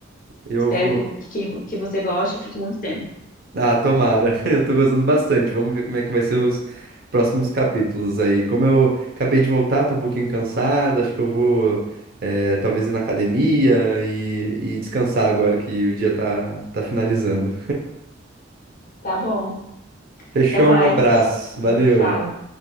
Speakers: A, on the right; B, on the left.
A: Eu
B: Espero
A: vou.
B: que, que, que você goste e fique muito tempo.
A: Ah, tomara. <laughs> Eu tô gostando bastante. Vamos ver como é que vai ser os próximos capítulos aí. Como eu acabei de voltar, tô um pouquinho cansado, acho que eu vou, eh, talvez ir na academia e, e descansar agora que o dia tá, tá finalizando.
B: Tá bom.
A: Fechou,
B: Até mais.
A: um abraço.
B: A gente
A: Valeu.
B: se fala.